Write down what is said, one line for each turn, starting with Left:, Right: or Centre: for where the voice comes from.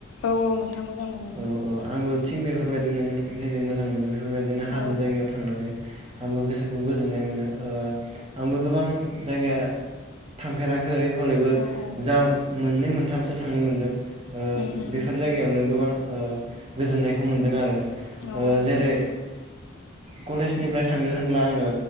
Left: औ औ नोंथां मोनो
Right: औ औ आंबो थिग बेफोर बेफोरबादिनो नों जेरै मोजां मोनो बे बेफोरबायदिनो हाजो
Left: औ
Right: जायगायाव थांनानै। आंबो गोसोखौ गोजोननाय मोनो। ओ आंबो गोबां। जायगाया थांफेरा खै हलैबो
Left: औ औ
Right: जाम मोननै मोनथामसो थांनो मोनदों। ओ
Left: उम उम
Right: बेफोर जायगायावनो गोबां ओ गोजोननायखौ मोनदों आरो। ओ
Left: औ
Right: जेरै कलेजनिफ्राय थांदों होनब्ला आङो